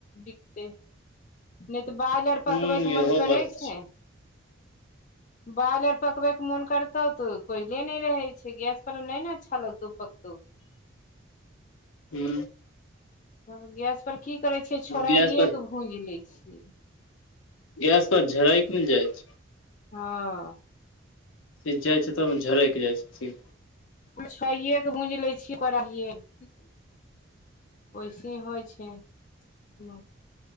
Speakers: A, on the left (about 40°); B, on the left (about 80°).
A: बिकते
B: <inaudible>
A: नै तऽ बालि आर पकबयके
B: ह इहो
A: मन करै
B: बात
A: छै
B: <inaudible>
A: बाल आर पकबै के मन करतौ तो कोयले नै रहे छै गैस पर नै ने अच्छा लग तौ पकतौ
B: हू
A: तब गैस पर की करे छिय छोड़ाइए
B: गैस
A: के भूज ले छियै
B: गेस पर झराय किल जाइ छै
A: हँ
B: सिझाइ छै त झरैक जाइ छै सि
A: क छे के बूज ले छियै कर वैसे ह होइ छै <unintelligible> अच छैा ह <unintelligible>